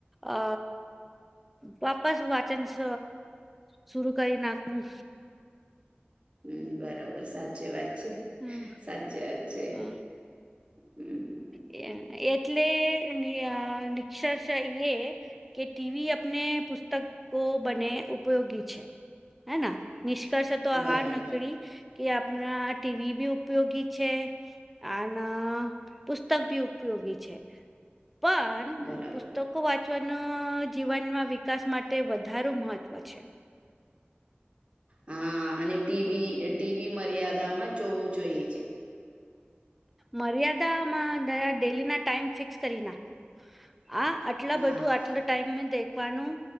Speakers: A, in the centre; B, on the right.
A: અ વાપાસ વાચન સ શરુ કરી નાખવું.
B: હમ બરાબર સાચી વાત છે,
A: હમ
B: સાચી વાત છે.
A: હમ
B: હમ
A: એ એટલે ની નિક્ષર્ષ એ કે ટીવી આપને પુસ્તક કો બને ઉપયોગી છે. હેના નિષ્કર્ષ તો આ
B: બરાબર
A: નકરી કે આપણા ટીવી બી ઉપયોગી છે, આના પુસ્તક ભી ઉપયોગી છે, પણ
B: બરાબર
A: પુસ્તક ઓ વાંચવાનો જીવનમાં વિકાસ માટે વધારે મહત્વ છે.
B: હા અને ટીવી
A: હમ
B: ટીવી મર્યાદામાં જોવું જોઈએ છે.
A: મર્યાદામાં ડેલી ના ટાઈમ ફિક્સ કરી નાખું આ આટલા
B: હા
A: બધું આટલા ટાઈમ દેખવાનું